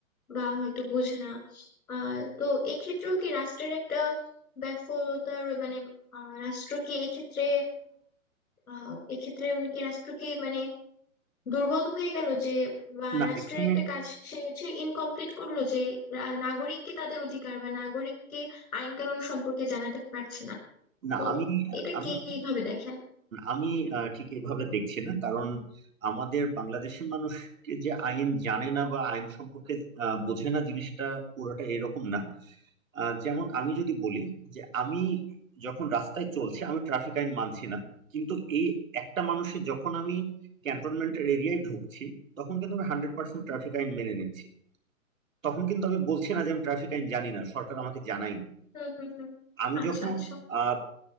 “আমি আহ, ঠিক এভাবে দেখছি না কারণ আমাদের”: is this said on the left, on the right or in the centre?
Right